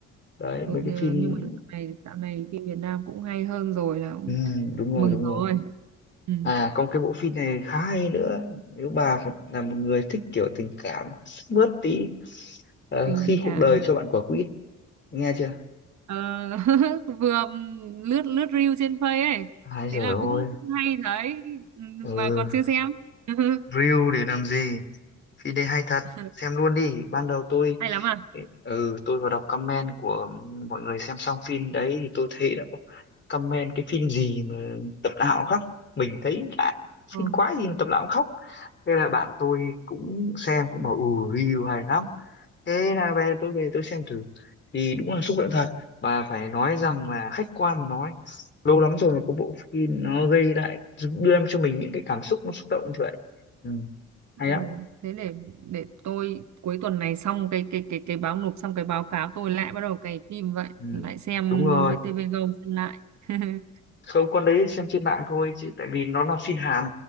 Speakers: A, on the left; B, on the right.
A: đấy
B: rồi,
A: mấy
B: nhờ-
A: cái phim
B: nhưng mà dạo này dạo này phim Việt Nam cũng hay hơn rồi là cũng
A: ừ, đúng rồi
B: mừng
A: đúng
B: rồi
A: rồi
B: ừ,
A: à còn cái bộ phim này khá hay nữa nếu bà một- là một người thích kiểu tình cảm sức mướt tí ờ,
B: tình
A: khi
B: cảm
A: cuộc đời cho bạn quả quýt nghe chưa
B: Ờ, <laughs> vừa lướt lướt reel trên Face ấy
A: ai rồi
B: thế là
A: ôi
B: cũng cũng hay thấy ừ,
A: ừ
B: mà còn chưa xem <laughs>
A: reel để làm gì phim đây hay thật
B: <laughs>
A: xem luôn đi ban đầu tôi
B: hay lắm à
A: ừ tôi vào đọc comment của mọi người xem xong phim đấy thì tôi thấy đã có comment cái phim gì mà tập nào cũng khóc mình thấy lạ
B: ừ.
A: phim quá gì mà tập nào cũng khóc thế là bạn tôi cũng xem cũng bảo ừ review hay lắm thế là về tôi về tôi xem thử thì đúng là xúc động thật và phải nói rằng là khách quan mà nói lâu lắm rồi mà có bộ phim nó gây lại đưa em cho mình những cái cảm xúc nó xúc động như vậy ừ. hay
B: ừ.
A: lắm
B: thế để để tôi cuối tuần này xong cái cái cái cái báo nộp xong cái báo cáo tôi lại bắt đầu cày phim vậy
A: Ừ,
B: lại xem
A: đúng rồi
B: VTV Go xem lại <laughs>
A: không con đấy xem trên mạng thôi chứ tại vì nó là phim Hàn